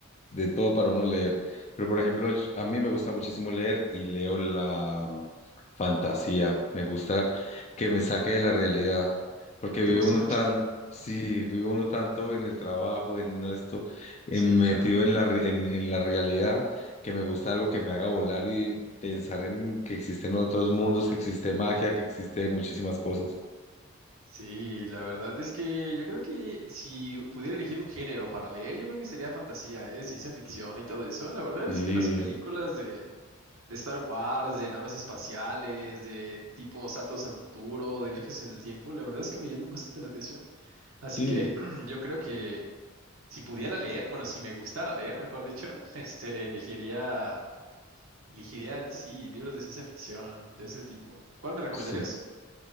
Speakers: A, on the left; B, on the right.
A: de todo para uno leer. Pero, por ejemplo, yo- a mí me gusta muchísimo leer y leo la mm, fantasía. Me gusta que me saque de la realidad, porque vive
B: ¿Te gusta
A: uno
B: mucho?
A: tan, sí, vive uno tanto en el trabajo, en esto, en-
B: Sí,
A: metido
B: claro.
A: en la, re- en, en la realidad, que me gusta algo que me haga volar y pensar en que existen otros mundos, que existe magia, que existe muchísimas cosas.
B: Sí, la verdad es que yo creo que si pudiera elegir un género para leer, yo creo que sería fantasía, eh, ciencia ficción y todo eso. La verdad
A: Sí,
B: es que las películas de de Star Wars, de naves espaciales, de tipo saltos al futuro, de viajes en el tiempo, la verdad es que me llaman bastante la atención. Así
A: sí,
B: que <clears throat> yo creo que si pudiera leer, bueno, si me gustara leer, mejor dicho, <laughs> este, elegiría, elegiría, sí, libros de ciencia ficción de ese tipo. ¿Cuál me recomendarías?
A: sí.